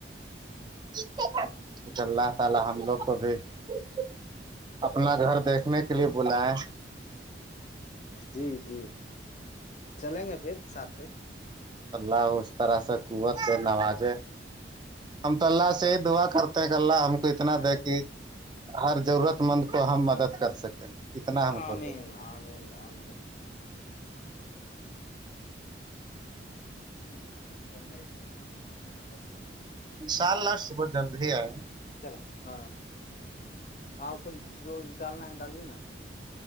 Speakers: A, on the right; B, on the left.
A: <unintelligible> اپنا گھر دیکھنے کے لیے بولا ہے
B: جی جی چلیں گے پھر ساتھ ہی
A: اللہ اس طرح سے قوت سے نوازے ہم تو اللہ
B: جی
A: سے ہی دعا کرتے اللہ ہم کو اتنا
B: ڈھکل
A: دے کہ ہر ضرورت مند کو ہم مدد کر سکیں اتنا ہم
B: نام
A: کو دے
B: نام نام ج متل آئیت تو آ رپ
A: ان شاء اللہ صبح جلد ہی آئے
B: چلا ہاں آپ کچھ جو ڈالنا ہے ڈالے نا